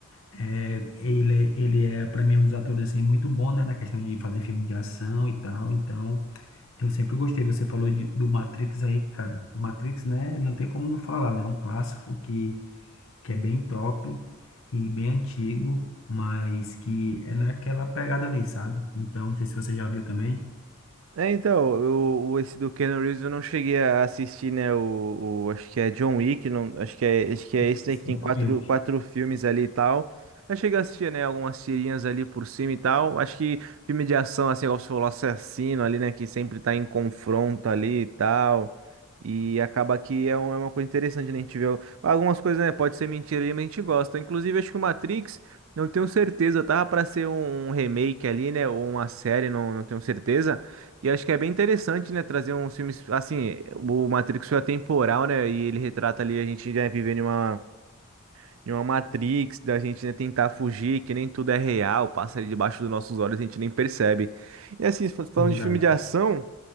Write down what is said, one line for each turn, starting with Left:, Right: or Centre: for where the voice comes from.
Left: é, ele, é- ele é, para mim, um dos atores, assim, muito bom, né, na questão de fazer filme de ação e tal, então, eu sempre gostei, você falou de- do Matrix aí, cara, Matrix, né, não tem como não falar, né, é um clássico que, que é bem top e bem antigo, mas que é naquela pegada ali, sabe? Então, não sei se você já viu também.
Right: É, então, eu, o- esse do Keanu Reeves eu não cheguei a assistir, né? O, o- acho que é John Wick, não, acho que é, acho que é
Left: Isso.
Right: esse aí que tem quatro,
Left: John Wick,
Right: quatro filmes ali e tal. Eu cheguei a assistir, né? Algumas tirinhas ali por cima e tal. Acho que filme de ação, assim, igual você falou, assassino ali, né? Que sempre tá em confronto ali e tal. E acaba que é, um- é uma coisa interessante, né? A gente vê o- algumas coisas, né? Pode ser mentira ali, mas a gente gosta. Inclusive, acho que o Matrix, não tenho certeza, tava pra ser um um remake ali, né? Ou uma série, não, não tenho certeza. E acho que é bem interessante, né, trazer uns filmes, assim, o Matrix foi atemporal, né, e ele retrata ali a gente, né, vivendo em uma, em uma Matrix, da gente, né, tentar fugir, que nem tudo é real, passa ali debaixo dos nossos olhos, a gente nem percebe. E assim, fa- falando
Left: verdade.
Right: de filme de ação,